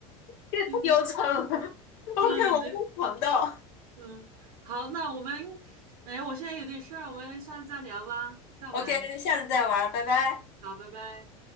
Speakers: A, on the left; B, on the right.
A: 这太丢惨了。
B: 对对，<laughs>
A: OK，
B: 嗯，
A: 我没有想到。
B: 对，嗯，好，那我们，哎，我现在有点事儿，我们下次再聊吧，再玩，
A: OK，下次再玩，拜拜。
B: 好，拜拜。